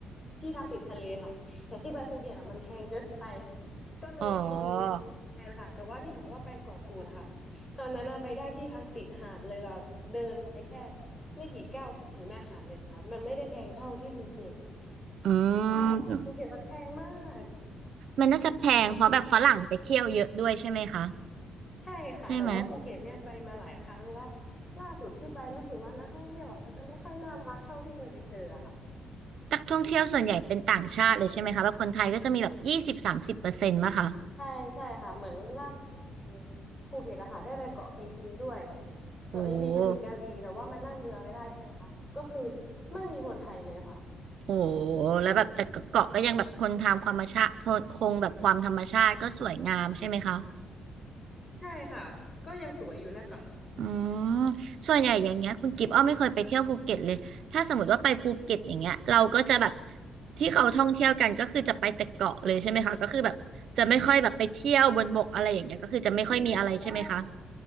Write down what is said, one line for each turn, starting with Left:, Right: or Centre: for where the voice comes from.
Left: ที่พักติดทะเลครับแต่ที่ไปภูเก็ตอ่ะมันแพงเกินไปก็เลยนอนในเมืองแทนค่ะแต่ว่าที่บอกว่าไปเกาะกูดอะค่ะ
Right: อ๋อ
Left: ตอนนั้นน่ะไปได้ที่พักติดหาดเลยแบบเดินไปแค่ไม่กี่ก้าวถึงหน้าหาดเลยค่ะมันไม่ได้แพงเท่าที่ภูเก็ต
Right: อื
Left: ใช่ค่ะภูเก็ตมันแพงมาก
Right: ม มันน่าจะแพงเพราะแบบฝรั่งไปเที่ยวเยอะด้วยใช่ไหมคะ
Left: ใช่ค่ะแต่ว่าภูเก็ตเนี่ยไปมาหลายครั้งแล้ว
Right: ใช่ไหม
Left: ล่าสุดที่ไปรู้สึกว่านักท่องเที่ยวอะเขาจะไม่ค่อยน่ารักเท่าที่เคยไปเจออะค่ะ
Right: นักท่องเที่ยวส่วนใหญ่เป็นต่างชาติเลยใช่ไหมคะแบบคนไทยก็จะมีแบบยี่สิบสามสิบเปอร์เซ็นต์ป่ะคะ
Left: ใช่ใช่ค่ะเหมือนล่าสุดภูเก็ตอะค่ะได้ไปเกาะพีพีด้วยเกาะพีพีมันอยู่กระบี่แต่ว่ามันนั่งเรือไม่ได้ใช่ไหมคะก็คือ
Right: โอ้
Left: ไม่มีคนไทยเลยค่ะ
Right: โหแล้วแบบแต่เกาะก็ยังแบบคนทำความธรรมชาติคงแบบความธรรมชาติก็สวยงามใช่ไหมคะ
Left: ใช่ค่ะก็ยังสวยอยู่นะคะ
Right: อืมส่วนใหญ่อย่างเงี้ยคุณกิฟต์อ้อไม่เคยไปเที่ยวภูเก็ตเลยถ้าสมมติว่าไปภูเก็ตอย่างเงี้ยเราก็จะแบบที่เขาท่องเที่ยวกันก็คือจะไปแต่เกาะเลยใช่ไหมคะก็คือแบบจะไม่ค่อยแบบไปเที่ยวบนบกอะไรอย่างเงี้ยก็คือจะไม่ค่อยมีอะไรใช่ไหมคะ
Left: อุ้ยไปได้